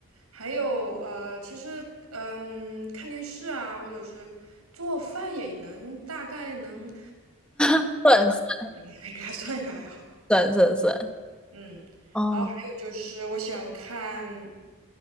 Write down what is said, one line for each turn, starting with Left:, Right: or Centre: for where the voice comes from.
Right: 还有呃，其实嗯，看电视啊，或者是做饭也能大概能
Centre: 算
Right: <laughs> 给它算一个爱好。
Centre: 算算算
Right: 嗯，
Centre: <laughs>。哦，
Right: 然后还有就是我喜欢看，